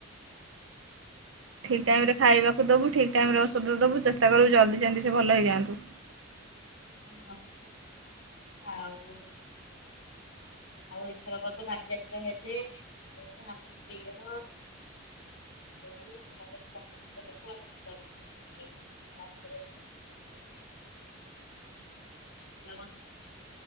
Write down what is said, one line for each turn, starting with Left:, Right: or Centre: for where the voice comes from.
Right: ଠିକ ଟାଇମରେ ଖାଇବାକୁ ଦବୁ ଠିକ ଟାଇମରେ ଔଷଧ ଦବୁ ଚେଷ୍ଟା କରିବୁ ଜଲଦି ଯେମିତି ସେ ଭଲ ହେଇଯାଆନ୍ତୁ।
Left: ହଁଅଅ ଆଉ ଆଉ ଏଥରକ ତ ବାଲିଯାତ୍ରା ହେଲେ ମୁଁ ଆମ ଝିଅ <inaudible> ବୋଉ ଆମ ଘରର ସମସ୍ତ ଲୋକ ଆମେ ଯିବୁ ବାଲିଯାତ୍ରା ଦେଖି <inaudible> ଖୁସି ଲାଗନ୍ତା